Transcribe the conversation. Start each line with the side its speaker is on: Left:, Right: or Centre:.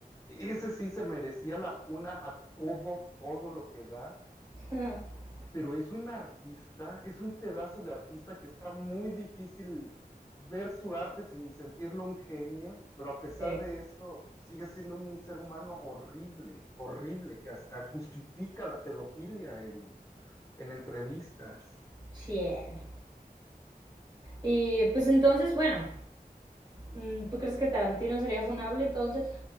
Left: ese sí se merecía la funa a todo, todo lo que da,
Right: <laughs>
Left: pero es un artista, es un pedazo de artista que está muy difícil ver su arte sin sentirlo un genio, pero a pesar
Right: Sí,
Left: de eso sigue siendo un ser humano horrible, horrible, que hasta justifica la pedofilia en, en entrevistas.
Right: sí. él. Y pues entonces, bueno, mm, ¿tú crees que Tarantino sería funable entonces?